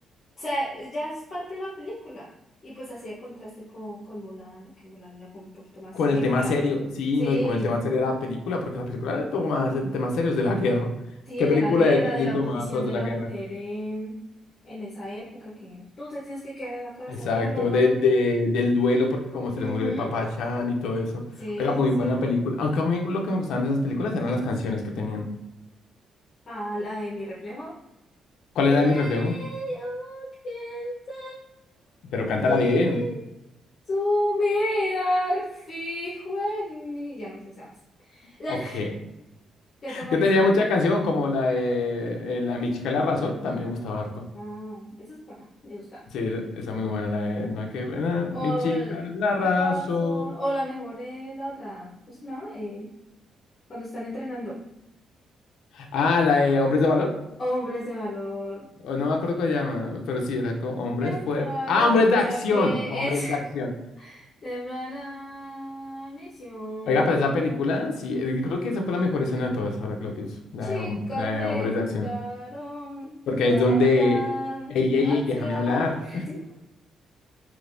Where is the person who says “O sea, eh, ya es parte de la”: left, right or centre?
Left